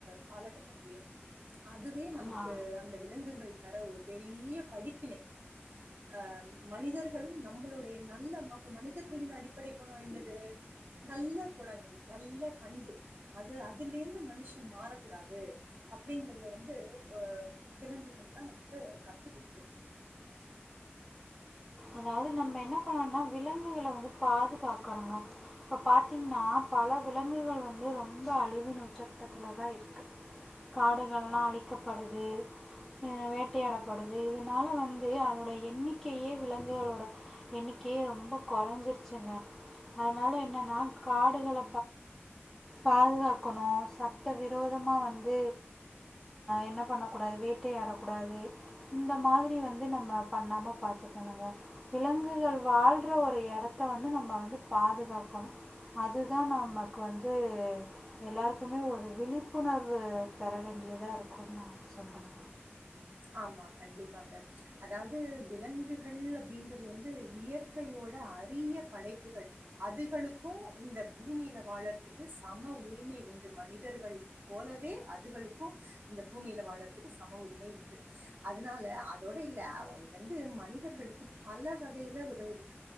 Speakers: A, on the right; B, in the centre.
A: காலகட்டத்திலயு அதுவே நமக்கு
B: நான்
A: அந்த விலங்குகள் தர ஒரு பெரிய படிப்பினை அ மனிதர்களு நம்மளுடைய நல்ல மனிதர்களின் அடிப்படை குணம் என்னது நல்ல குணங்கள் நல்ல பண்பு அது அதுல இருந்து மனுஷன் மாறக்கூடாது அப்டிங்கறத வந்து அ விலங்குகள்ல்லா நமக்கு கத்து கொடுக்குது
B: அதாவது நம்ம என்ன பண்ணோம்னா விலங்குகள வந்து பாதுகாக்கணுங்க இப்ப பாத்தீங்கன்னா பல விலங்குகள் வந்து ரொம்ப அழிவின் உச்சக்கட்டத்துல தா இருக்கு காடுகள்லா அழிக்கப்படுது வேட்டையாடப்படுது இதனால வந்து அதோட எண்ணிக்கையே விலங்குகளோட எண்ணிக்கையே ரொம்ப குறைஞ்சிருச்சுங்க அதனால என்னன்னா காடுகள பாதுகாக்கணு சட்ட விரோதமா வந்து என்ன பண்ணக்கூடாது வேட்டையாடக்கூடாது இந்த மாதிரி வந்து நம்ம பண்ணாம பாத் கத்துக்கணுங்க விலங்குகள் வாழ்ற ஒரு எடத்த வந்து நம்ம வந்து பாதுகாக்கணு அதுதா நமக்கு வந்து எல்லாருக்குமே ஒரு விழிப்புணர்வு பெற வேண்டியதா இருக்கும்னு நா சொல்றே
A: ஆமா கண்டிப்பாங்க அதாவது விலங்குகள் அப்டிங்கிறது வந்து இயற்கையோட அரிய படைப்புகள் அதுகளுக்கு இந்த பூமியில வாழறதுக்கு சம உரிமை உண்டு மனிதர்கள் போலவே அதுகளுக்கு இந்த பூமியில வாழறதுக்கு சம உரிமை உண்டு அதனால அதோட இல்ல வந்து மனிதர்களுக்கு பல வகையில உதவுது